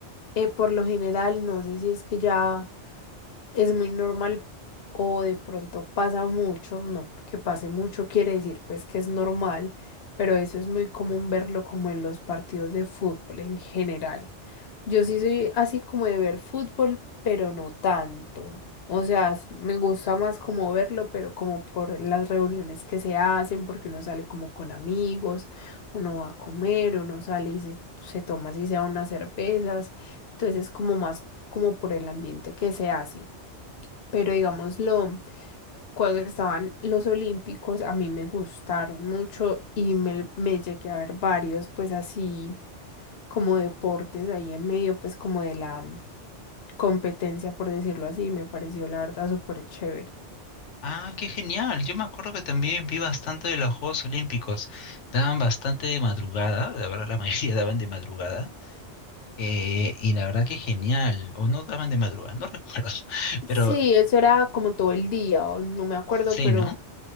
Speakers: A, on the left (about 60°); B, on the left (about 80°).
A: eh, por lo general, no sé si es que ya... es muy normal o de pronto pasa mucho, no porque pase mucho quiere decir pues que es normal, pero eso es muy común verlo como en los partidos de fútbol en general. Yo sí soy así como de ver fútbol, pero no tanto. O sea, s- me gusta más como verlo, pero como por las reuniones que se hacen, porque uno sale como con amigos, uno va a comer, uno sale y se, se toma así sea unas cervezas. Entonces es como más como por el ambiente que se hace. Pero digámoslo, cuando estaban los Olímpicos, a mí me gustaron mucho y me, me llegué a ver varios, pues así como deportes ahí en medio, pues como de la mm, competencia, por decirlo así, me pareció la verdad súper chévere.
B: Ah, qué genial. Yo me acuerdo que también vi bastante de los Juegos Olímpicos. Daban bastante de madrugada, la verdad la <laughs> mayoría daban de madrugada. eh, y la verdad que genial. O no daban de madrugada, no recuerdo. <laughs> Pero
A: Sí, eso era como todo el día, o no me acuerdo,
B: sí,
A: pero
B: ¿no?